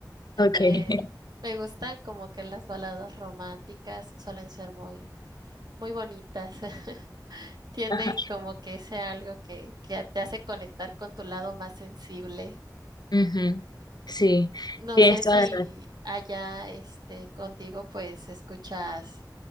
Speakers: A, on the left (about 70°); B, on the right (about 70°).
A: Okay.
B: Eh,
A: <laughs>
B: me gustan como que las baladas románticas suelen ser muy, muy bonitas. <laughs> Tienen
A: Ajá.
B: como que ese algo que, que te hace conectar con tu lado más sensible.
A: Ujú, Sí,
B: No
A: tienes
B: sé
A: toda
B: si
A: la razón.
B: allá este, contigo pues escuchas